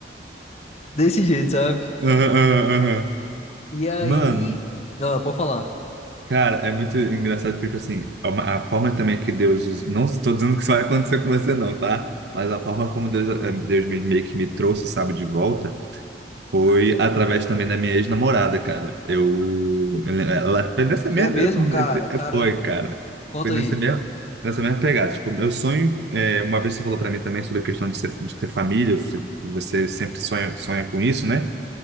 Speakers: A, on the left; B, on the right.
A: <laughs> desse jeito, sabe?
B: Aham, aham, aham.
A: E aí,
B: Mano,
A: ah, pode falar.
B: Cara, é muito engraçado, porque, tipo assim, a uma- a forma também que Deus usa, não estou dizendo que isso vai acontecer com você, não, tá? Mas a forma como Deus, eh, Deus me, meio que me trouxe, sabe, de volta, foi através também da minha ex-namorada, cara. Eu, eu lem- ela foi nessa mesma,
A: É mesmo, cara? Caramba.
B: eh, foi, cara,
A: Conta
B: foi nessa
A: aí.
B: mesma, nessa mesma pegada. Tipo, meu sonho, eh, uma vez você falou para mim também sobre a questão de, ser, de ter família, você você sempre sonha, sonha com isso, né?